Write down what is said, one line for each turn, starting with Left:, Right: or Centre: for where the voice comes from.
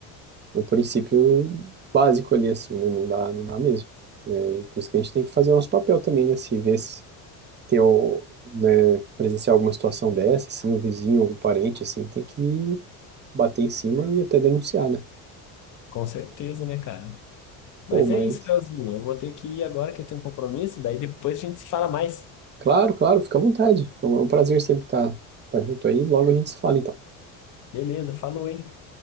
Right: um princípio básico ali assim, né? Não dá, não dá mesmo. É, e por isso que a gente tem que fazer o nosso papel também, né? Se ver se tem o, né, presenciar alguma situação dessa, assim, o vizinho, algum parente, assim, tem que bater em cima e até denunciar, né?
Left: Com certeza, né, cara? Mas
Right: Pô, mas
Left: é isso, Leozinho. Eu vou ter que ir agora que eu tenho um compromisso. Daí depois a gente se fala mais.
Right: Claro, claro, fica à vontade. Foi um prazer sempre estar, estar junto aí. Logo a gente se fala, então.
Left: Beleza, falou, hein?